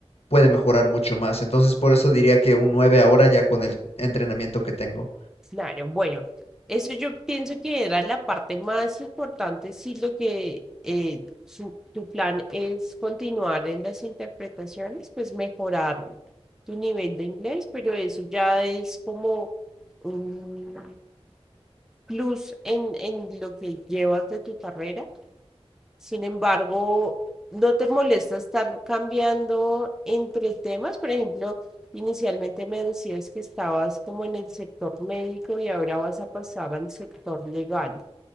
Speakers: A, on the left; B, in the centre.
A: puede mejorar mucho más. Entonces por eso diría que un 9 ahora ya con el entrenamiento que tengo.
B: claro. Bueno, eso yo pienso que era la parte más importante, si lo que eh, su- tu plan es continuar en las interpretaciones, pues mejorar tu nivel de inglés, pero eso ya es como un plus en, en lo que llevas de tu carrera. Sin embargo, ¿no te molesta estar cambiando entre temas? Por ejemplo, inicialmente me decías que estabas como en el sector médico y ahora vas a pasar al sector legal.